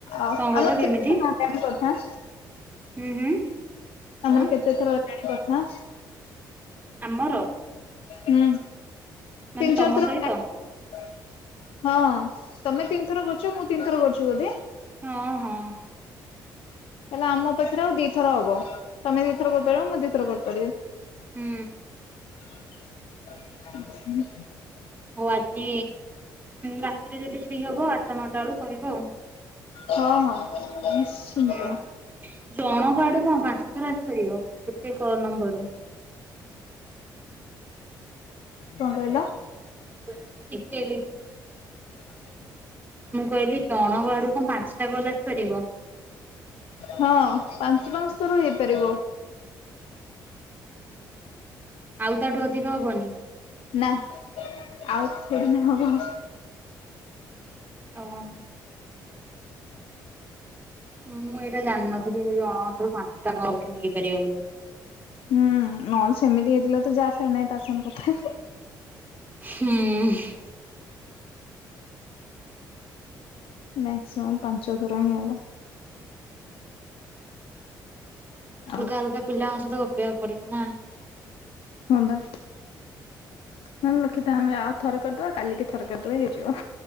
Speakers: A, on the left; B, on the right.
A: ଆଉ
B: କଣ କହିଲ
A: ଆମର
B: କେମିତି?
A: କେତେ <inaudible> କଥା।
B: ହୁଁ ହୁଁ।
A: ଆମର
B: କଣ?
A: କେତେ ଥର ହେଲାଣି କଥା?
B: ଆମର।
A: ହୁଁ
B: ମାନେ
A: ତିନି
B: ତମ
A: ଚାର ଥର
B: ସହିତ
A: ହେଲାଣି। ହଁ ତମେ ତିନିଥର କରିଛ ମୁଁ ତିନିଥର କରିଛି ବୋଧେ।
B: ହଁ ହଁ।
A: ତାହେଲେ ଆମ ପାଖରେ ଆଉ ଦି ଥର ହବ ତମେ ଦି ଥର କରିପାରିବ ମୁଁ ଦି ଥର କରିପାରିବି।
B: ହୁଁ।
A: ଉଁ ହୁଁ।
B: ହଉ ଆଜି ରାତିରେ ଯଦି ଫ୍ରି ହେବ ଆଠଟା ନଅଟା ବେଳୁ କରିବ।
A: ହଁ ହଁ। ନିଶ୍ଚିନ୍ତ
B: ହୁଁ ଜଣକ ଆଡୁ କଣ ପାଞ୍ଚ ଥର ଆସିପାରିବ ଗୋଟେ କ ନମ୍ବରରୁ।
A: କଣ କହିଲ?
B: <unintelligible> ଟିକେ ବେଶୀ।
A: <unintelligible>
B: ମୁଁ କହିଲି ଜଣଙ୍କ ଆଡୁ କଣ ପାଞ୍ଚଟା କଲ୍ ଆସିପାରିବ।
A: ହଁ ପାଞ୍ଚ ପାଞ୍ଚ ଥର ହେଇପାରିବ।
B: ଆଉ ତାଠୁ ଅଧିକ ହବନି?
A: ନା ଆଉ କଉ ଦିନ ହବ। <inaudible>
B: ଓହୋ ମୁଁ ଏଇଟା ଜାଣିନଥିଲି ଯେ ଜଣକ ଠାରୁ ପାଁଶଟା କଲ୍ ଖାଲି ହେଇପାରିବ ବୋଲି।
A: ହୁଁ ନହେଲେ ସେମିତି ହେଇଥିଲେ ତ ଯାହା ସଙ୍ଗେ ନାଇଁ ତା ସାଙ୍ଗେ କଥା ହେଇଥାନ୍ତୁ।
B: ହୁଁ।
A: ମ୍ୟାକ୍ସିମମ୍ ପାଞ୍ଚଥର ହିଁ ହବ।
B: ତ
A: ଆଉ
B: ଅଲଗା
A: କଣ।
B: ଅଲଗା ପିଲାଙ୍କ ସହିତ ଗପିବାକୁ ପଡିବ ନା?
A: ହଁ ବା। ନହଲେ ଲଖିତା ଆମେ ଆଉ ଥରେ କରଦବା କାଲିକି ଥରେ କରଦବା ହେଇଯିବ।